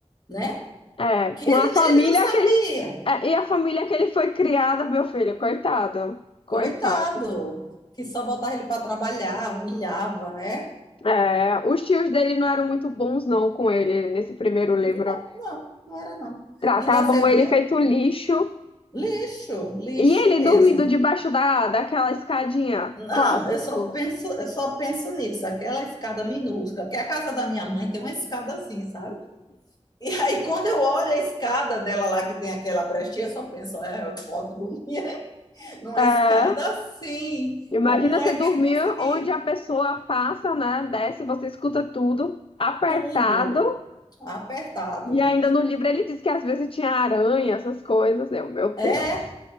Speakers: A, on the left; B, on the left.
A: né?
B: é.
A: Que
B: Com
A: ele,
B: a família
A: ele não sabia,
B: que ele... é, e a família que ele foi criada, meu filho, coitado. Coitado.
A: coitado, que só botava ele para trabalhar, humilhava, né?
B: É, os tios dele não eram muito bons, não, com ele nesse primeiro livro.
A: Não, não, não era não.
B: Tratavam
A: Ainda servia
B: ele feito lixo.
A: lixo, lixo
B: E ele
A: mesmo.
B: dormindo debaixo da, daquela escadinha.
A: Não,
B: Clássico.
A: eu só penso, eu só penso nisso, aquela escada minúscula, que a casa da minha mãe tem uma escada assim, sabe? E aí quando eu olho a escada dela lá que tem aquela brechinha, eu só penso, é Harry Potter dormia <laughs> numa
B: É.
A: escada assim.
B: Imagina
A: Como
B: você
A: é
B: dormir
A: que ele conseguia?
B: onde a pessoa passa, né? Desce, você escuta tudo, apertado.
A: Tudo apertado.
B: E ainda no livro ele diz que às vezes tinha aranha, essas coisas. Eu, meu Deus.
A: É.